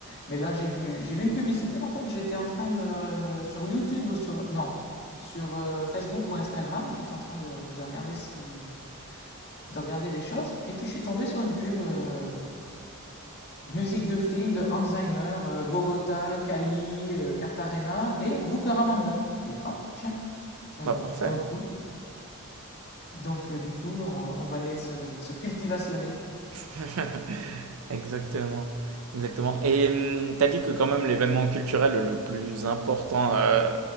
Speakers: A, on the left; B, on the right.
A: Mais là, j'ai vu j'ai vu une publicité. En fait, j'étais en train de euh, sur YouTube ou sur non sur euh, Facebook ou Instagram, j'étais en train de, de regarder ce de regarder des choses. Et puis je suis tombé sur une pub euh, musique de film de Hans Zimmer, euh, Bogota, Cali, euh, Cartagena et Bucaramanga. Je me dis, ah, tiens, ça,
B: Bah parfait.
A: ça vaut le coup. Donc euh, du coup, on, on va aller se, se cultivationner.
B: <laughs> Exactement, exactement. Et hum, t'as dit que quand même l'événement culturel le plus important euh,